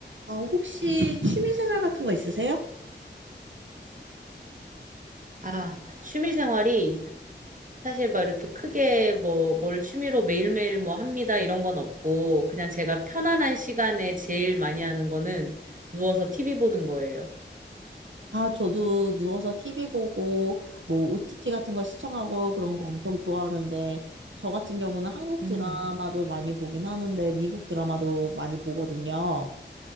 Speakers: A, on the right (about 90°); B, on the right (about 45°).
A: 아, 혹시 취미생활 같은 거 있으세요?
B: 아, 취미 생활이 사실 막 이렇게 크게 뭐 뭘 취미로 매일매일 뭐 합니다 이런 건 없고 그냥 제가 편안한 시간에 제일 많이 하는 거는 누워서 TV 보는 거예요.
A: 아, 저도 누워서 TV 보고, 뭐, OTT 같은 거 시청하고 그런 거 엄청 좋아하는데, 저 같은 경우는 한국
B: 음,
A: 드라마도 많이 보긴 하는데, 미국 드라마도 많이 보거든요.